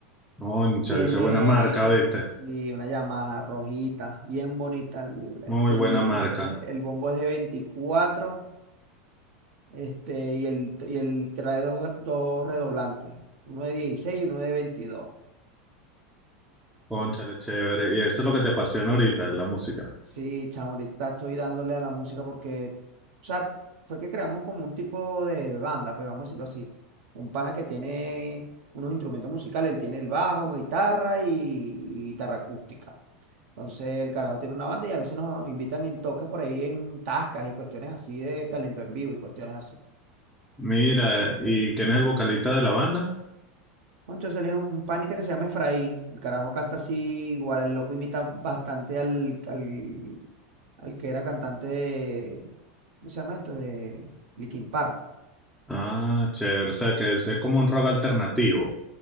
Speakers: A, in the centre; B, on the right.
A: Cónchale,
B: Tiene,
A: esa es buena marca, ¿viste?
B: y una Yamaha rojita, bien bonita. l-
A: Muy
B: Tiene,
A: buena marca.
B: el bombo es de 24, este, y el, y el trae dos, dos redoblantes, uno de 16 y uno de 22.
A: Cónchale, chévere. Y eso es lo que te apasiona ahorita, la música.
B: Sí, chamo, ahorita estoy dándole a la música porque, o sea, fue que creamos como un tipo de banda, pues vamos a decirlo así. Un pana que tiene unos instrumentos musicales, él tiene el bajo, guitarra y, y guitarra acústica. Entonces el carajo tiene una banda y a veces nos invitan en toques por ahí en tascas y cuestiones así de talento en vivo y cuestiones así.
A: Mira, ¿y quién es el vocalista de la banda?
B: Entonces él es un un panita que se llama Efraín. El carajo canta así, igual el loco imita bastante al, al, al que era cantante ¿Cómo se llama esto? De Linkin Park.
A: Ah, chévere. O sea, que es, es como un rock alternativo.